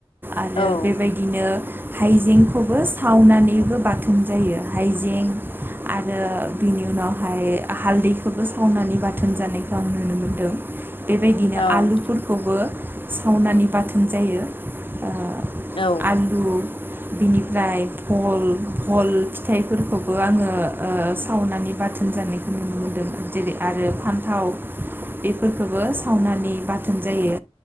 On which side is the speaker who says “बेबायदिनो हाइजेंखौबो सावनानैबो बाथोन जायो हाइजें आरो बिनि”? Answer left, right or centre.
Right